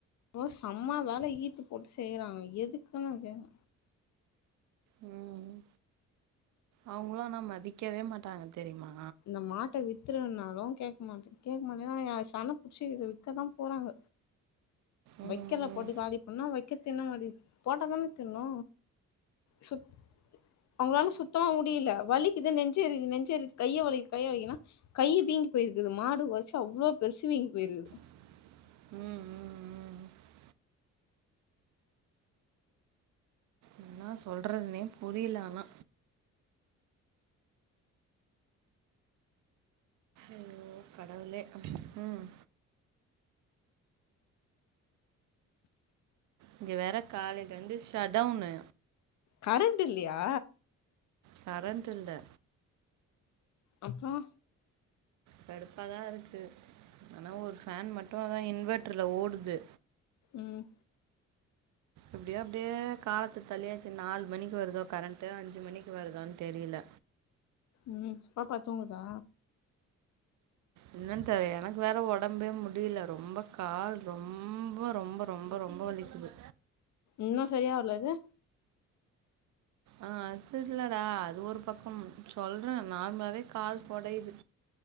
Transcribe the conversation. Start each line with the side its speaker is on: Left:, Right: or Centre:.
Left: போ செம்ம வேல ஈத்து போட்டு செய்யறாங்க எதுக்குன்னு நா கேக்
Right: ம் அவுங்களு ஆனா மதிக்கவே மாட்டாங்க தெரிமா
Left: இந்த மாட்ட வித்தரனாலு கேக்க மாட்ட கேக் மாட் ஏனா நீங்க சன்ன புடிச்சு விக்கதா போறாங்க
Right: ம்
Left: வக்கல
Right: ம்
Left: போட்டு காலி பண்ணா வக்க தின்ன மாரி போட்ட தான திண்ணோ சுத் அவுங்ளால சுத் தமா முடில வலிக்குது நெஞ்சேறிது நெஞ்சேறி கைய வலிக் கைய வலிக்குனா கையி வீங்கி போயிருக்குது மாடு ஒதச்சு அவ்ளோ பெருசு வீங்கி போயிருக்குது
Right: ம் ம் ம் என்ன சொல்றதுனே புரில ஆனா ஐயோ கடவுளே ம் இங்க வேற காலைலேருந்து ஷட்டவுனு
Left: கரண்ட் இல்லையா
Right: கரண்ட்டுல்ல
Left: அப்ரோ
Right: கடுப்பாதா இருக்கு ஆனா ஒரு ஃபேன் மட்டு அதா இன்வெட்டர்ல ஓடுது
Left: ம்
Right: எப்டியோ அப்டியே காலத்த தள்ளியாச்சி நாலு மணிக்கு வருதோ கரண்ட்டு அஞ்சு மணிக்கு வருதான்னு தெரில
Left: ம் பாப்பா தூங்குதா
Right: என்னன் தெரில எனக்கு வேற உடம்பே முடியல ரொம்ப கால் ரொம்ப ரொம்ப ரொம்ப ரொம்ப வலிக்குது
Left: இன்னு சரியா வரல இது
Right: ஆ அது இல்லடா அது ஒரு பக்கம் சொல்றேன் நார்மலாவே கால் கொடையுது